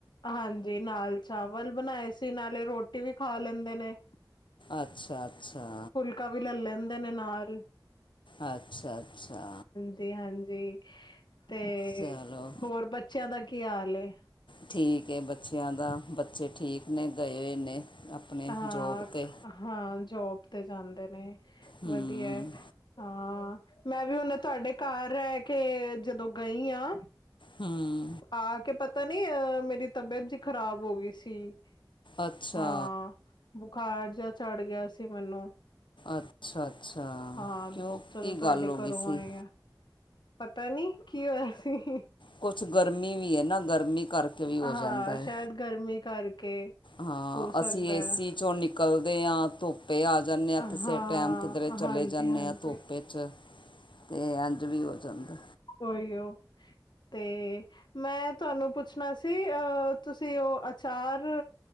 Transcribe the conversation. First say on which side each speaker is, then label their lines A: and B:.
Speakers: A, on the left (about 70°); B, on the left (about 85°).
A: ਹਾਂਜੀ, ਨਾਲ ਚਾਵਲ ਬਨਾਏ ਸੀ, ਨਾਲੇ ਰੋਟੀ ਵੀ ਖਾ ਲੈਂਦੇ ਨੇ।
B: ਅੱਛਾ-ਅੱਛਾ।
A: ਲਕਾ ਵੀ ਲੈ ਲੈਂਦੇ ਨੇ ਨਾਲ।
B: ਅੱਛਾ-ਅੱਛਾ।
A: ਜੀ ਹਾਂਜੀ, ਤੇ
B: ਚਲੋ
A: ਹੋਰ ਬੱਚਿਆਂ ਦਾ ਕੀ ਹਾਲ ਏ?
B: ਠੀਕ ਐ ਬੱਚਿਆਂ ਦਾ, ਬੱਚੇ ਠੀਕ, ਨੇ ਗਏ ਹੋਏ ਨੇ। ਆਪਣੇ
A: ਹਾਂ-ਹਾਂ,
B: ਜੋਬ 'ਤੇ
A: ਜੋਬ ਤੇ ਜਾਂਦੇ ਨੇ
B: ਹੂੰ
A: ਵਧੀਆ। ਹਾਂ, ਮੈਂ ਵੀ ਹੁਨੇ ਤੁਆਡੇ ਘਰ ਰੈ ਕੇ ਜਦੋਂ ਗਈ ਆਂ
B: ਹੁੰ।
A: ਆਕੇ ਪਤਾ ਨੀ ਅਹ ਮੇਰੀ ਤਬੀਅਤ ਜਿ ਖ਼ਰਾਬ ਹੋ ਗਈ ਸੀ।
B: ਅੱਛਾ
A: ਹਾਂ, ਬੁਖਾਰ ਜੇਯਾ ਚੜ੍ਹ ਗਿਆ ਸੀ ਮੈਨੂੰ।
B: ਅੱਛਾ ਅੱਛਾ
A: ਹਾਂ,
B: ਕਿਉਂ
A: ਜਦੋ
B: ਕੀ
A: ਤੁਆਡੇ
B: ਗੱਲ ਹੋ ਗਈ
A: ਘਰੋਂ
B: ਸੀ
A: ਆਏ ਆ ਪਤਾ ਨੀਂ, ਕੀ ਹੋਇਆ ਸੀ?
B: ਕੌਛ ਗਰਮੀ ਵੀ ਐ ਨਾ, ਗਰਮੀ ਕਰਕੇ ਵੀ ਹੋ
A: ਹਾਂ
B: ਜਾਂਦਾ ਏ
A: ਸ਼ਾਇਦ ਗਰਮੀ ਕਰਕੇ
B: ਹਾਂ,
A: ਹੋ ਸਕਦਾ
B: ਅਸੀਂ ਏਸੀ
A: ਹੈ
B: ਚੋਂ ਨਿਕ ਨਿਕਲਦੇ ਆ, ਧੁੱਪੇ ਆ ਜਾਂਨੇ ਹਾਂ, ਕਿਸੇ
A: ਹਾਂ
B: ਟਾਈਮ ਕਿਧਰੇ ਚਲੇ
A: ਹਾਂਜੀ
B: ਜਾਂਨੇ
A: ਹਾਂਜੀ
B: ਆ, ਧੂਪ ਹੀ ਚ ਤੇ, ਇੰਜ ਵੀ ਹੋ ਜਾਂਦਾ।
A: ਉਹੀ ਉ ਤੇ ਮੈਂ ਤੁਹਾਨੂੰ ਪੁੱਛਣਾ ਸੀ, ਅਹ ਤੁਸੀਂ ਉ ਅਚਾਰ